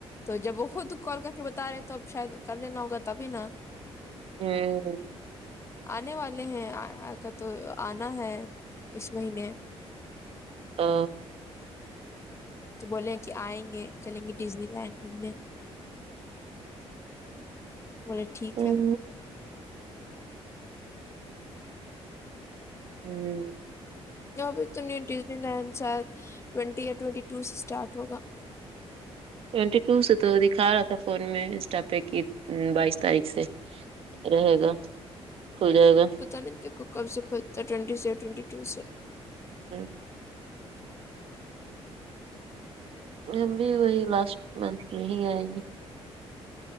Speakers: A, on the left (about 25°); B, on the right (about 60°).
A: تو جب وہ خود کال کر کے بتا رہے تو اب شاید کر لینا ہوگا تبھی نا
B: ہاں
A: آنے والے ہیں کا تو آنا ہے اس مہینے
B: آ،
A: تو بولے ہیں کہ آئیں گے چلیں گے ڈزنی لینڈ گھومنے بولے ٹھیک
B: ہوں،
A: ہے
B: ہوں
A: یہاںبھی تو نیو ڈزنی لینڈ شاید ٹوئنٹی یہ ٹوئنٹی ٹو سے اسٹارٹ ہوگا
B: ٹوئنٹی ٹو سے تو دکھا رہا تھا فون میں انسٹا پہ کی بائیس تاریخ سے رہے گا کھل جائے گا
A: تو <unintelligible> کب سے کھولتا ہے ٹوینٹی سے ٹوینٹی ٹو سے
B: ہوں، میں بھی وہی لاسٹ منتھ میں ہی آئے گی